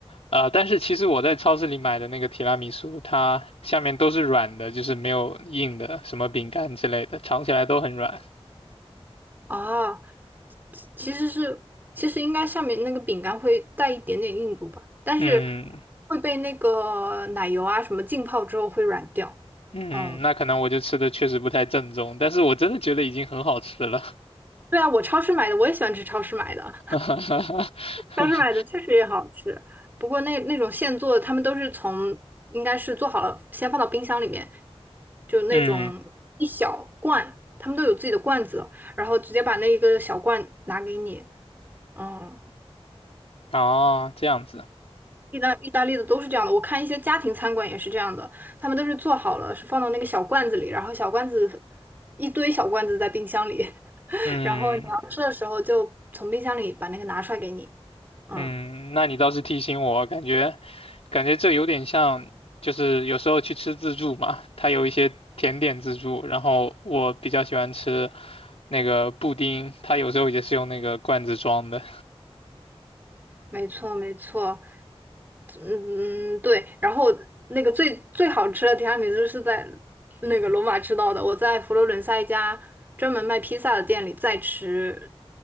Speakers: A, on the left; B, on the right.
A: 呃，但是其实我在超市里买的那个提拉米苏，它下面都是软的，就是没有硬的，什么饼干之类的，尝起来都很软。
B: 啊，其其实是其实应该上面那个饼干会带一点点硬度吧，但是
A: 嗯
B: 会被那个奶油啊什么浸泡之后会软掉，
A: 嗯，
B: 嗯。
A: 那可能我就吃的确实不太正宗，但是我真的觉得已经很好吃了。
B: 对啊，我超市买的，我也喜欢吃超市买的。
A: <laughs>
B: 超市买的确实也好吃，不过那那种现做的，他们都是从应该是做好了，先放到冰箱里面，就那种一小罐，
A: 嗯，
B: 他们都有自己的罐子，然后直接把那一个小罐拿给你。嗯，
A: 哦，这样子，
B: 意大意大利的都是这样的，我看一些家庭餐馆也是这样的，他们都是做好了，是放到那个小罐子里，然后小罐子一堆小罐子在冰箱里，<laughs>
A: 嗯。
B: 然后你要吃的时候就从冰箱里把那个拿出来给你。嗯。
A: 嗯，那你倒是提醒我，感觉感觉这有点像，就是有时候去吃自助嘛，它有一些甜点自助，然后我比较喜欢吃那个布丁，它有时候也是用那个罐子装的。
B: 没错，没错，嗯，嗯对。然后那个最最好吃的提拉米苏是在那个罗马吃到的，我在佛罗伦萨一家专门卖披萨的店里再吃，